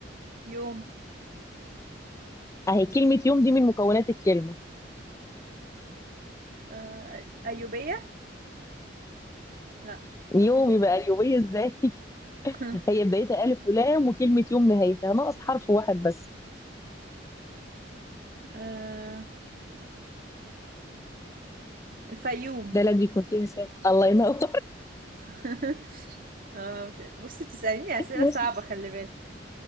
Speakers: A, on the right; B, on the left.
A: يوم
B: اهي كلمه يوم دي من مكونات الكلمه
A: آه. أيوبية لا
B: يوم
A: آه.
B: يبقى اليوميه ازاي <laughs>
A: <laughs>
B: هي بدايتها الف ولام وكلمه يوم نهايتها ناقص حرف واحد بس
A: آه. الفيوم
B: ده لازم يكون فيها سبب الله ينور
A: <laughs> آه. بت- بصي بتسأليني
B: <laughs>
A: أسئلة صعبة خلي بالك